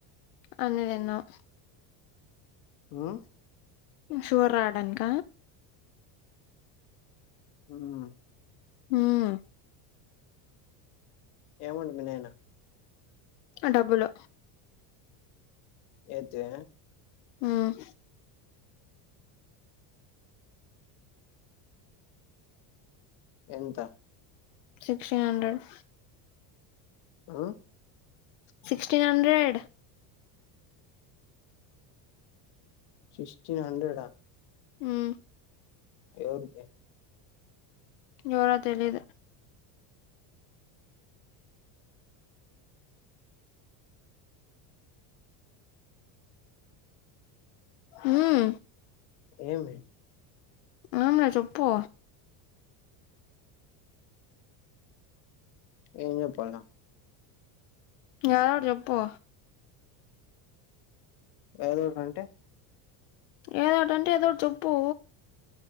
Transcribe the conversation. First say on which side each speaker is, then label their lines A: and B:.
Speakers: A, on the left; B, on the left.
A: అన్ని తిన్నావ్
B: ఉమ్
A: సుగర్ రావడానిక
B: ఉమ్
A: ఉమ్
B: ఎమంట మీ నయినా
A: డబ్బులు
B: ఎద్దే
A: ఉమ్
B: ఎంత
A: సిక్స్టీన్ హండ్రెడ్
B: ఆ
A: సిక్స్టీన్ హండ్రెడ్
B: సిక్స్టీన్ హండ్రెడ్ఆ
A: ఉమ్
B: ఎవరికి
A: ఎవరో తేలీదు ఉమ్
B: ఏమి
A: ఎమ్లీ చెప్పు
B: ఏం చెప్పాలా
A: ఏదోకటి చెప్పు
B: ఏదోకటి అంటే
A: ఏదోకటింటే ఏదో ఒకటి చెప్పు